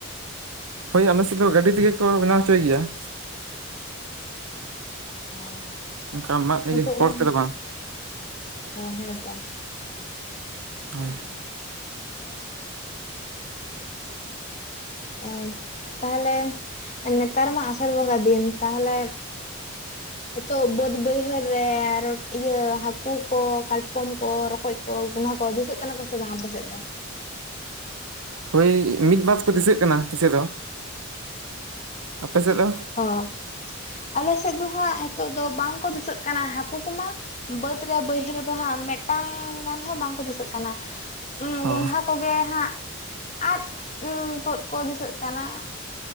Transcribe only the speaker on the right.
ᱦᱳᱭ ᱟᱞᱮ ᱥᱮᱫ ᱫᱚ ᱜᱟᱹᱰᱤ ᱛᱮᱜᱮ ᱠᱚ ᱵᱮᱱᱟᱣ ᱦᱚᱪᱚᱭ ᱮᱭᱟ ᱾
ᱚᱱᱠᱟ ᱢᱟᱫ ᱤᱭᱟᱹ
ᱦᱚᱲ
ᱛᱮᱫᱚ ᱵᱟᱝ?
ᱦᱳᱭ
<unintelligible>
ᱦᱳᱭ ᱢᱤᱫ ᱵᱟᱥ ᱠᱚ ᱫᱤᱥᱟᱹᱜ ᱠᱟᱱᱟ ᱫᱤᱥᱟᱹ ᱫᱚ ᱟᱯᱮ ᱥᱮᱫ ᱫᱚ?
ᱚ